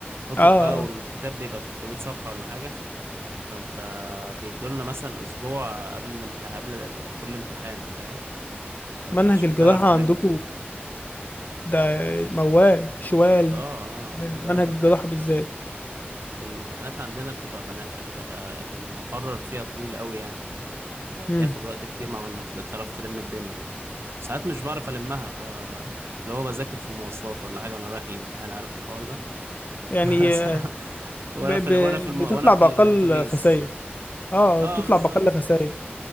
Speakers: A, on the right; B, on the left.
A: كتب
B: اه
A: بقى والكتاب بيبقى 300 صفحة ولا حاجة فانت بيدولنا مثلا اسبوع قبل الامتحان قبل ال- كل امتحان فاهم فعشان
B: منهج الجراحه
A: تعرف تلم
B: عندكم ده موال شوال
A: اه اه آه، لا
B: منهج
A: لا
B: الجراحة بالذات
A: الامتحانات عندنا بتبقى مناهج بتبقى المقرر فيها طويل قوي يعني آه بياخد
B: امم
A: وقت كتير مع ما تل- تعرف تلم الدنيا ساعات مش بعرف المها ب... اللي هو بذاكر في المواصلات ولا حاجه وانا رايح الامتحان عارف الحوار ده
B: يعني
A: <laughs>
B: آه،
A: وانا
B: ب... ب...
A: في وانا في الم...
B: بتطلع
A: وانا في
B: بأقل
A: الاتوبيس
B: خسائر اه
A: اه
B: بتطلع
A: بالظبط
B: بأقل خسائر